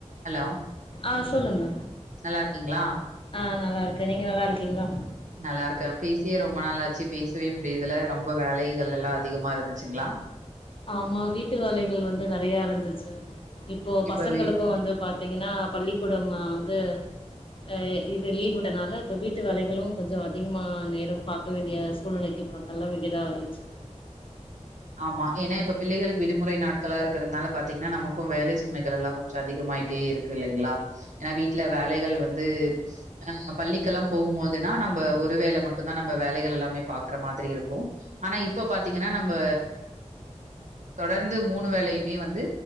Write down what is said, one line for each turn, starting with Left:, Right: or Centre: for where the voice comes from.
Right: Hello
Left: ஆ சொல்லுங்க
Right: நல்லா இருக்கீங்களா?
Left: ஆ நா நல்லா இருக்க நீங்க நல்லா இருக்கீங்ளா
Right: நல்லா இருக்கே பேசியே ரொம்ப நாளாச்சி பேசவே முடியர்தில்ல ரொம்ப வேலைகள் எல்லா அதிகமா இருந்துச்சிங்ளா
Left: ஆமா வீட்டு வேலைகள் வந்து நெறையா இருந்துச்சி இப்போ
Right: இப்ப
Left: பசங்களுக்கு
Right: வி
Left: வந்து பாத்தீங்கன்னா பள்ளிக்கூடம்மா வந்து ஆ இது லீவ் விட்டனால இப்ப வீட்டு வேலைகளு கொஞ்ச அதிகமா நேரம் பாக்க வேண்டிய சூழ்நிலைக்கு இப்பெல்லாம் தள்ள வேண்டியதா ஆயிட்சி
Right: ஆமா ஏன்னா இப்ப பிள்ளைகளுக்கு விடுமுறை நாட்களா இருக்கறதுனால பாத்தீங்கன்னா நமக்கு வேலை சுமைகள் எல்லா கொஞ்சோ அதிகமாயிட்டே இருக்கு க்கு இல்லைங்ளா ஏன்னா வீட்ல வேலைகள் வந்து அ பள்ளிக்கெல்லா போகும் போதுன்னா நம்ப ஒரு வேளை மட்டுந்தா நம்ப வேலைகள் எல்லாமே பாக்குற மாதிரி இருக்கு ஆனா இப்ப பார்த்தீங்கன்னா நம்ப தொடர்ந்து மூணு வேலையுமே வந்து